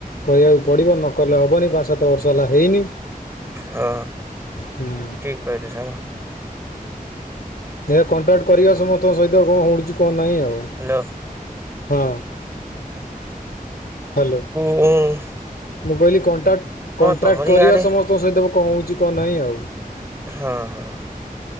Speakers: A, on the left (about 85°); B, on the right (about 15°).
A: କରିବାକୁ ପଡ଼ିବ ନକଲେ ହେବନି ପାଞ୍ଚ ସାତ ବର୍ଷ ହେଲା ହେଇନି
B: ହଁ
A: ହୁଁ
B: ଠିକ୍ କହିଲୁ ସାଙ୍ଗ।
A: ଦେଖିବା କଣ୍ଟାକ୍ଟ କରିବା ସମସ୍ତଙ୍କ ସହିତ କଣ ହୋଉଚି କଣ ନାଇଁ ଆଉ।
B: ହାଲୋ।
A: ହଁ ହାଲୋ।
B: ଉଁ।
A: ମୁଁ କହିଲି କଣ୍ଟାକ୍ଟ କଣ୍ଟ୍ରାକ୍ଟ
B: ତମରି
A: କରିବା
B: ଗାଁରେ
A: ସମସ୍ତଙ୍କ ସହିତ କଣ ହୋଉଚି କଣ ନାହିଁ ଆଉ।
B: ହଁ ହଁ